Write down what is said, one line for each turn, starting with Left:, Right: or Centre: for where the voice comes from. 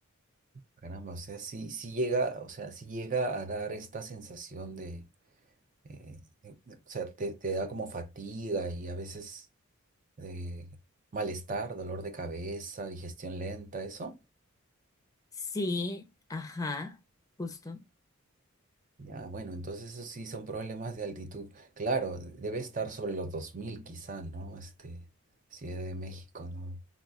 Right: Caramba, o sea, sí, sí llega, o sea, sí llega a dar esta sensación de, eh, de- de- o sea, te, te da como fatiga y a veces de malestar, dolor de cabeza, digestión lenta, eso.
Left: Sí, ajá, justo.
Right: Ya, bueno, entonces eso sí son problemas de altitud. Claro, de- debe estar sobre los 2000 quizá, ¿no? Este, Ciudad de México, ¿no?